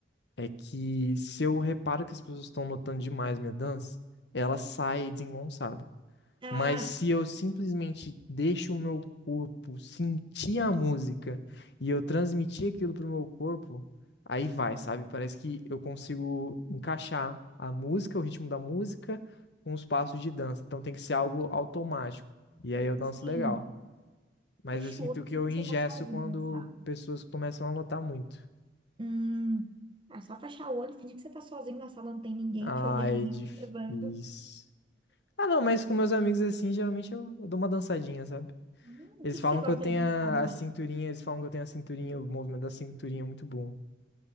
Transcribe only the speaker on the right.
ah,
sim.
Fecha
o olho,
finge
que você tá sozinho
na sala.
Hum. Ah, só fechar o olho, finge que você tá sozinho na sala, não tem ninguém
te olhando, nem
te observando.
Hum, o
que que
você gosta
de dançar
mais?